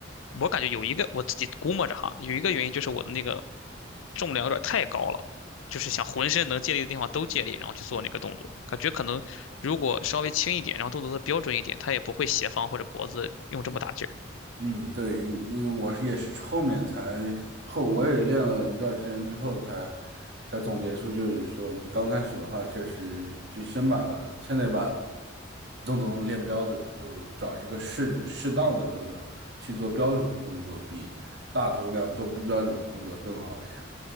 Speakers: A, on the left; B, on the right.
A: 我感觉有一个我自己估摸着哈，有一个原因就是我的那个重量有点太高了，就是想浑身能借力的地方都借力，然后去做那个动作，感觉可能如果稍微轻一点，然后动作的标准一点，他也不会斜方或者脖子用这么大劲儿。
B: 嗯，对，因因为我是也是后面才后，我也练了一段时间之后才才总结出，就是说你刚开始的话，就是就先把先得把动作能练标准，就找一个适适当的重量去做标准动作，比大重量做不标准的动作更好一点。